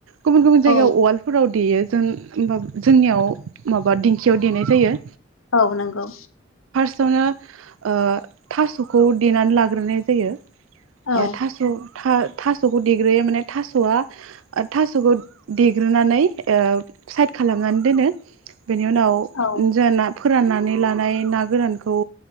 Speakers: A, on the right; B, on the left.
A: गुबुन गुबुन जायगायाव
B: औ
A: उवालफोराव देयो जों होमबा जोंनियाव माबा दिंखियाव देनाय जायो।
B: औ नंगौ।
A: फोर्स आवनो ओ थास'खौ देनानै लाग्रोनाय जायो। ओ
B: औ
A: थास' था थास'खौ देग्रोयो माने थास'आ थास'खौ देग्रोनानै ओ साइड खालामनानै दोनो। बेनि उनाव
B: औ
A: जों ना फोराननानै लानाय ना गोरानखौ